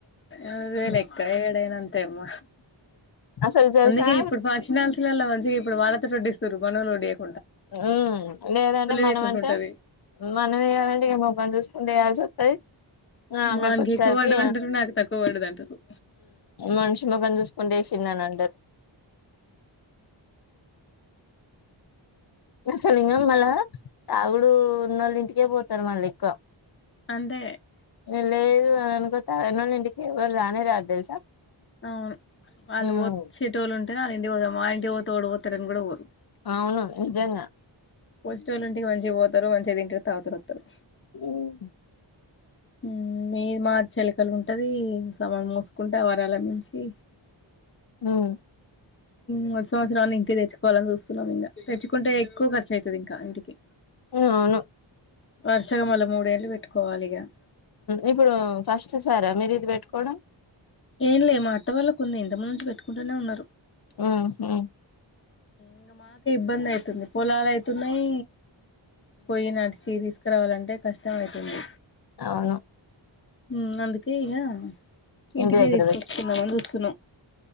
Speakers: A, on the left; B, on the left.
A: అదే
B: హ్మ్.
A: లెక్క ఏడేన అంతే ఇంగ
B: అసలు తెలుసా
A: అందుకే ఇప్పుడు ఫంక్షన్ హల్స్ లల్లో మంచిగా ఇప్పుడు వాళ్ళతోటే వడ్డిస్తారు మనొల్లు ఒడ్డియరు
B: మ్మ్ లేదన్నా మనం
A: లేకుండా
B: అంత
A: ఉంటది
B: మనం యాడికిపోతాం ఇక మొబై <unintelligible> ని చూసుకుంటే వయాల్సి వస్తుంది ఆ అక్కడికి
A: వానికి
B: వచ్చరికి
A: ఎక్కువ పడ్డది అంటారు నాకు తక్కువ పడ్డది అంటారు
B: మనిషి ముఖం చూసుకుంటే తినానండి నువ్వు చదివినవా మళ్ళా తాగుడు ఉన్నోళ్ళ ఇంటికే పోతారు మళ్ళ ఎక్కువ
A: అంతే
B: ఇడ లేదు అనిచెప్ తాగినోళ్ళ ఇంటికి ఎవరు రానే రారు తెలుసా
A: అవును వాళ్ళు
B: ఉమ్
A: వొచ్చేటోళ్ళు ఉంటేనే వాళ్ళ ఇంటికి పోదాం వారి ఇంటికి పోతే వొడు పోతారని కూడా పోరు
B: అవును నిజంగా
A: పోసే వాళ్ళంటికి మంచిగా పోతారు మంచిగా తింటారు తాగుతారు వత్తారు
B: వొను
A: ఆ మీ మా చెలికలు ఉంటది సమాన మూసుకుంటావ <unintelligible> ర అలా మించి
B: ఉమ్,
A: మూడు సంవత్సరాల నుంచి తెచ్చుకోవాలని చూస్తున్నాం ఇంకా తెచ్చుకుంటే ఎక్కువ ఖర్చు అవుతాది ఇంకా ఇంటికి
B: అవునవును
A: వరుసగా మళ్ళా మూడేళ్ళు పెట్టుకోవాలి ఇగ
B: ఇప్పుడు ఫస్ట్ సారా మీరు ఇది పెట్టుకోవడం
A: ఏం లే మా అత్త వాళ్ళ కున్నె ఇంతముందు నుంచి పెట్టుకుంటూనే ఉన్నారు
B: ఉహు
A: ఇంకా మాకే ఇబ్బంది అయితుంది పొలాలు అయితున్నాయి పోయి నడిచి తీసుకురావాలంటే కష్టం అవుతుంది
B: అవును
A: మ్మ్ అందుకే ఇక ఇంటికే
B: ఇంటి దగ్గర
A: తీసుకొచ్చుకుందామని
B: పెట్
A: చూస్తున్నాం